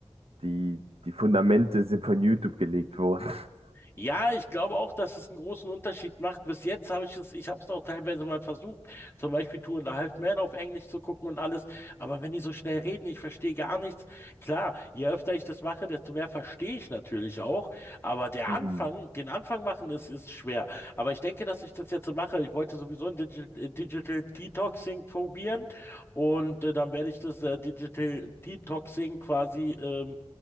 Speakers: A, on the right; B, on the left.
A: die, die Fundamente sind von YouTube gelegt worden. <laughs>
B: Ja, ich glaube auch, dass es einen großen Unterschied macht. Bis jetzt habe ich es, ich habe es auch teilweise mal versucht, zum Beispiel Two and a Half Man auf Englisch zu gucken und alles. Aber wenn die so schnell reden, ich verstehe gar nichts. Klar, je öfter ich das mache, desto mehr verstehe ich natürlich auch. Aber der
A: Mhm.
B: Anfang, den Anfang machen, das ist schwer. Aber ich denke, dass ich das jetzt so mache. Ich wollte sowieso ein Digi äh, Digital Detoxing probieren und äh, dann werde ich das äh, Digital Detoxing quasi ähm,